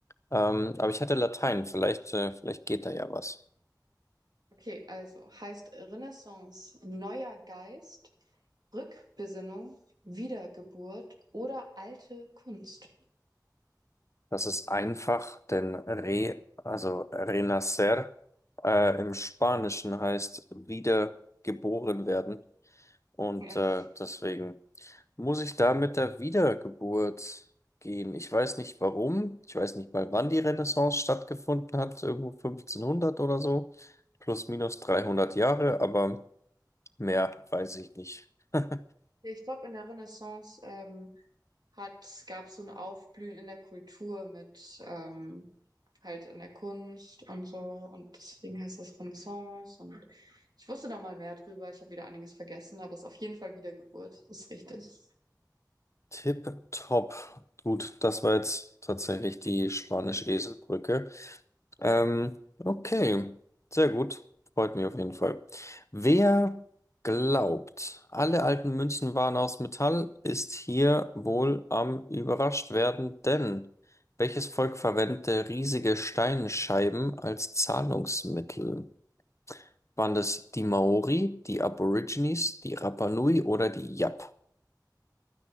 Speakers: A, on the left (about 40°); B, on the right (about 70°).
A: ähm, aber ich hatte Latein. Vielleicht, äh, vielleicht geht da ja was.
B: Okay, also heißt Renaissance neuer Geist, Rückbesinnung, Wiedergeburt oder alte Kunst.
A: Das ist einfach, denn re, also renacer, äh, im Spanischen heißt wieder geboren werden. Und
B: Ja,
A: äh, deswegen muss ich da mit der Wiedergeburt gehen. Ich weiß nicht warum. Ich weiß nicht mal, wann die Renaissance stattgefunden hat. Irgendwo 1500 oder so. Plus minus 300 Jahre, aber mehr weiß ich nicht. <laughs>
B: ich glaube, in der Renaissance ähm, hat, gab so ein Aufblühen in der Kultur mit ähm, halt in der Kunst und so. Und deswegen heißt das Renaissance. Und ich wusste da mal mehr drüber. Ich habe wieder einiges vergessen, aber es ist auf jeden Fall Wiedergeburt. Das ist richtig.
A: Tipptopp. Gut, das war jetzt tatsächlich die Spanisch-Esel-Brücke. Ähm, okay, sehr gut. Freut mich auf jeden Fall. Wer glaubt, alle alten Münzen waren aus Metall, ist hier wohl am überrascht werden, denn welches Volk verwendete riesige Steinscheiben als Zahlungsmittel? Waren das die Maori, die Aborigines, die Rapa Nui oder die Yap?